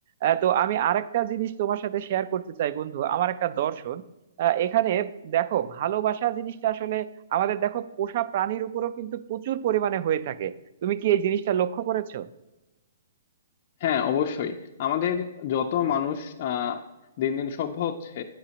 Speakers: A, on the right (about 45°); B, on the left (about 40°).
A: আহ, তো আমি আরেকটা জিনিস তোমার সাথে শেয়ার করতে চাই বন্ধু আমার একটা দর্শন আহ, এখানে দেখো ভালোবাসা জিনিসটা আসলে আমাদের দেখো পোষা প্রাণীর উপরও কিন্তু প্রচুর পরিমাণে হয়ে থাকে তুমি কি এই জিনিসটা লক্ষ্য করেছো
B: হ্যাঁ অবশ্যই আমাদের যত মানুষ আহ, দিন দিন সভ্য হচ্ছে